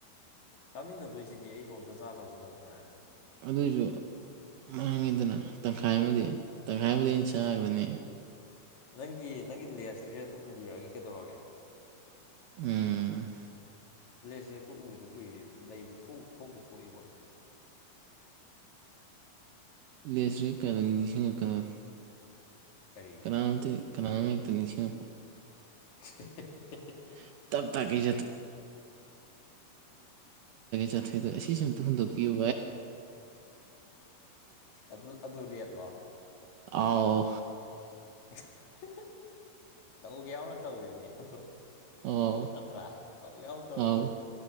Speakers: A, on the left; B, on the right.
A: ꯆꯥꯃꯤꯟꯅꯗꯣꯏꯁꯤꯗꯤ ꯑꯩ ꯏꯇꯣꯝꯇ ꯆꯥꯗꯧꯁꯨ ꯅꯠꯇꯅ
B: ꯑꯗꯨꯁꯨ ꯃꯥꯡꯉꯤꯗꯅ ꯇꯪꯈꯥꯏ ꯑꯃꯗꯤ ꯇꯪꯈꯥꯏ ꯑꯃꯗꯤ ꯑꯩꯅ ꯆꯥꯈ꯭ꯔꯅꯤ
A: ꯅꯪꯒꯤ ꯅꯪꯒꯤ ꯂꯦꯁ ꯔꯦꯠꯇꯨ ꯄꯨꯕꯤꯔꯛꯑꯒꯦ ꯀꯩꯗꯧꯔꯒꯦ
B: ꯎꯝ
A: ꯂꯦꯠꯁ ꯔꯦ ꯇꯎꯒꯤꯗ ꯀꯨꯏꯔꯦ ꯊꯣꯛꯄ ꯊꯣꯛꯏꯕ
B: ꯂꯦꯁꯔꯤ ꯀꯅ ꯅꯤꯡꯁꯤꯡꯂꯛꯀꯗ
A: ꯀꯔꯤꯒꯤ
B: ꯀꯥꯡꯗꯤ ꯀꯥꯃꯦ ꯇꯅꯤꯁꯤꯡ
A: <unintelligible>
B: <unintelligible> ꯇꯞ ꯇꯥꯒꯩ ꯆꯥꯊꯣꯏꯗꯣ ꯑꯁꯤꯁ ꯑꯇ ꯍꯨꯟꯗꯣꯛꯄꯤꯌꯨ
A: ꯑꯗꯨ ꯑꯗꯨ ꯔꯦꯠꯂꯣ
B: ꯑꯥꯎ
A: ꯑꯥ <unintelligible> ꯇꯧꯒꯦ ꯌꯥꯎꯅ ꯇꯧꯔꯤꯕꯅꯤ ꯑ
B: ꯑꯥꯎ
A: ꯅꯠꯇ꯭ꯔꯥ ꯇꯧꯒ ꯌꯥꯎꯅ ꯇꯧꯔꯤꯕꯅꯤ
B: ꯑꯥꯎ